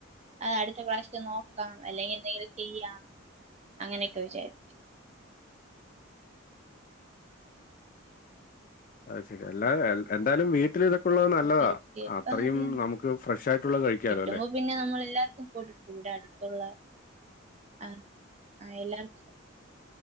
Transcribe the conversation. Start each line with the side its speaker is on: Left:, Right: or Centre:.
Right: ആഹ് അടുത്ത പ്രാവശ്യം നോക്കാം. അല്ലെങ്കിൽ എന്തെങ്കിലും ചെയ്യാം. അങ്ങനെയൊക്കെ വിചാരിച്ചു.
Left: അത് ശരി. അല്ലാതെ എന്തായാലും വീട്ടിൽ ഇതൊ ക്കുള്ളത് നല്ലതാ.
Right: ഹെൽത്തി ആയിട്ട്
Left: അത്രയും
Right: ആ അത് തന്നെ
Left: നമുക്ക് ഫ്രഷ് ആയിട്ടുള്ളത് കഴിക്കാലോല്ലേ?
Right: കിട്ടുമ്പോ പിന്നെ നമ്മള് എല്ലാവർക്കും കൊടുക്കും. ഇവിടെ അടുത്തുള്ള ആഹ് ആഹ് എല്ലാർക്കും.